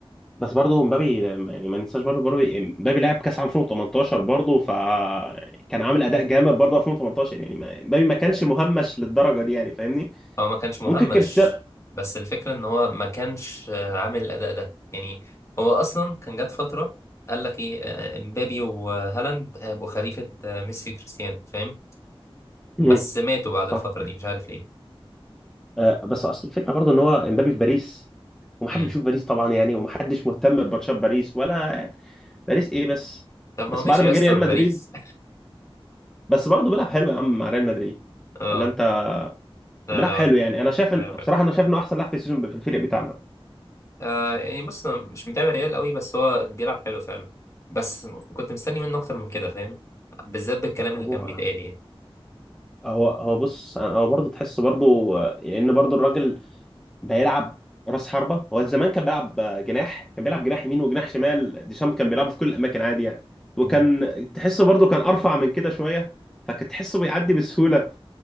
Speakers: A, in the centre; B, on the left (about 30°).
A: بس برضو مبابي يعني ما ننساش برضو مبابي مبابي لعب كاس عام 2018 برضو فكان عامل اداء جامد برضو 2018 يعني ما- مبابي ما كانش مهمش للدرجه دي يعني فاهمني
B: هو ما كانش مهمش
A: ممكن كريستيانو
B: بس الفكرة ان هو ما كانش آه، عامل الاداء ده يعني هو اصلا كان جات فترة قال لك ايه آه، امبابي وهالاند هيبقوا خليفة آه، ميسي وكريستيانو فاهم
A: امم
B: بس ماتوا بعد
A: صح
B: الفترة دي مش عارف ليه
A: آه، بس اصل الفكره برضه ان هو امبابي في باريس ومحدش
B: امم
A: بيشوف باريس طبعا يعني ومحدش مهتم بماتشات باريس ولا يعني باريس ايه بس
B: طب ما
A: بس
B: هو ماشي
A: بعد ما
B: يا
A: جه
B: اسطى
A: ريال
B: من
A: مدريد
B: باريس
A: بس برضه بيلعب حلو يا عم مع ريال مدريد
B: <laughs> اه
A: ولا انت
B: لا
A: بيلعب
B: لا
A: حلو يعني انا شايف
B: بيلعب
A: ان بصراحه
B: حلو
A: انا شايف انه احسن لاعب في السيزون في الفريق بتاعنا
B: آه يعني بص أنا مش متابع ريال قوي بس هو بيلعب حلو فعلا بس كنت مستني منه اكتر من كده فاهم بالذات بالكلام اللي
A: هو
B: كان بيتقال يعني
A: هو هو بص هو برضه تحس برضه آه، ان برضه الراجل بيلعب راس حربة هو زمان كان بيلعب آه، جناح كان بيلعب جناح يمين وجناح شمال ديشام كان بيلعبه في كل الأماكن عادي يعني وكان
B: مم.
A: تحسه برضه كان أرفع من كده شوية فكنت تحسه بيعدي بسهولة